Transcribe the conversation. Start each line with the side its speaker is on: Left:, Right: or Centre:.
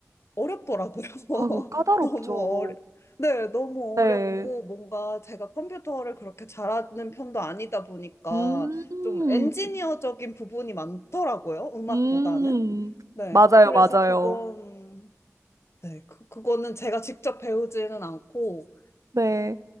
Left: 어렵더라고요. <laughs>
Right: 아, 그 까다롭죠.
Left: 너무 어려, 네, 너무
Right: 네.
Left: 어렵고 뭔가 제가 컴퓨터를 그렇게 잘하는 편도 아니다 보니까
Right: 음,
Left: 좀 엔지니어적인 부분이 많더라고요. 음악보다는.
Right: 음,
Left: 네,
Right: 맞아요,
Left: 그래서
Right: 맞아요.
Left: 그건, 네, 그, 그거는 제가 직접 배우지는 않고,
Right: 네.